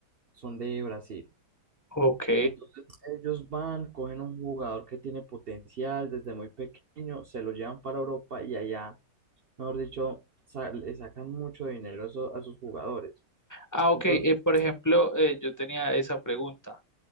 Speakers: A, on the right; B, on the left.
A: son de Brasil.
B: Ok.
A: Entonces, ellos van, cogen un jugador que tiene potencial desde muy pequeño, se lo llevan para Europa y allá, mejor dicho, sa- le sacan mucho dinero a, eso- a sus jugadores.
B: Ah, ok.
A: Entonces,
B: eh, por ejemplo, eh, yo tenía esa pregunta.